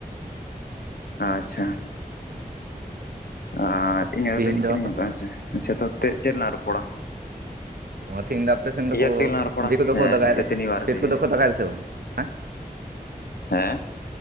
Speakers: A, on the left; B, on the right.
A: ᱟᱪᱪᱷᱟ ᱟ ᱤᱧ ᱫᱟᱹᱛᱟᱹᱱᱤᱜ
B: ᱛᱤᱦᱤᱧ ᱫᱚ
A: ᱠᱟᱹᱱᱟᱹᱧ ᱱᱤᱛᱳᱜ ᱦᱮᱸᱥ ᱟᱪᱪᱷᱟ ᱛᱚᱮᱫ ᱪᱮᱫ ᱨᱮᱱᱟᱜ ᱨᱚᱯᱚᱲᱟ
B: ᱚ ᱛᱮᱦᱤᱧ ᱫᱚ ᱟᱯᱮ ᱥᱮᱮᱱ ᱫᱚᱠᱚ
A: ᱤᱭᱟᱹ ᱛᱮᱜᱮ ᱞᱟᱝ ᱨᱚᱯᱚᱲᱟ
B: ᱵᱷᱤᱛ ᱠᱚᱫᱚ
A: ᱦᱮᱸ
B: ᱠᱚ ᱫᱟᱜᱟᱭᱫᱟ
A: ᱫᱟᱹᱛᱟᱹᱱᱤ ᱵᱟᱨᱮ
B: ᱵᱷᱤᱛ
A: ᱛᱮᱜᱮ
B: ᱠᱚᱫᱚ ᱠᱚ ᱫᱟᱜᱟᱭᱫᱟ ᱥᱮ ᱵᱟᱝ ᱦᱮᱸ
A: ᱦᱮᱸ